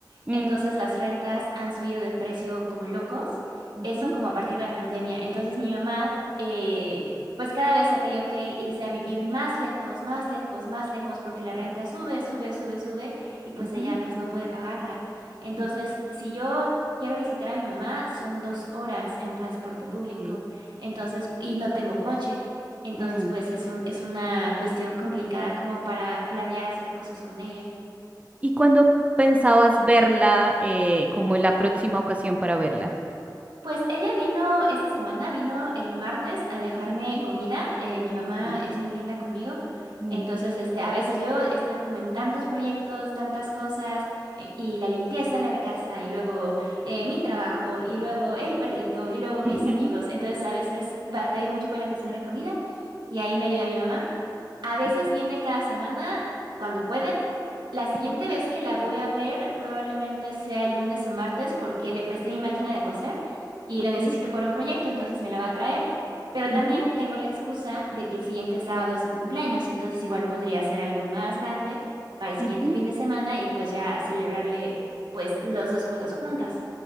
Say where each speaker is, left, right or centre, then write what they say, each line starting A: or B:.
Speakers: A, on the right (about 20°); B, on the right (about 85°).
A: ujú,
B: entonces
A: mm,
B: las rentas han subido de precio como locos,
A: ujú,
B: eso como a partir de la pandemia, entonces mi mamá... eh, pues cada vez ha tenido que irse a vivir más lejos, más lejos, más lejos, porque la renta sube, sube, sube, sube, y pues
A: ujú,
B: ella pues no puede pagarla. Entonces,
A: ujú,
B: si yo quiero visitar a mi mamá, son dos horas en transporte público,
A: ok,
B: entonces, y no tengo coche. Entonces,
A: mm.
B: pues es un, es una cuestión complicada como para planear hacer cosas con ella.
A: ¿Y cuándo pensabas verla eh, como la próxima ocasión para verla?
B: Pues ella vino esta semana, vino el martes a dejarme
A: Mm,
B: comida. eh, mi mamá
A: Sí.
B: es muy linda conmigo.
A: Mm,
B: Entonces, este, a veces yo estoy como en tantos proyectos, tantas cosas, eh, y la limpieza de la casa, y luego eh, mi trabajo, y luego el perrito, y luego mis
A: <laughs>
B: amigos. Entonces, a veces batallo mucho con la cuestión de la comida, y ahí me ayuda mi mamá. A veces
A: ujú,
B: viene
A: ok,
B: cada semana, cuando puede. La siguiente
A: sí,
B: vez que la voy a ver probablemente sea el lunes o martes porque le presté mi máquina de coser y
A: ok.
B: la necesito para un proyecto, entonces me la va a traer. Pero
A: Ujú,
B: también tengo la excusa de que el siguiente sábado es su cumpleaños, entonces igual podría hacer algo más grande para el siguiente
A: ujú.
B: fin de semana y pues ya celebrarle pues las dos cosas juntas.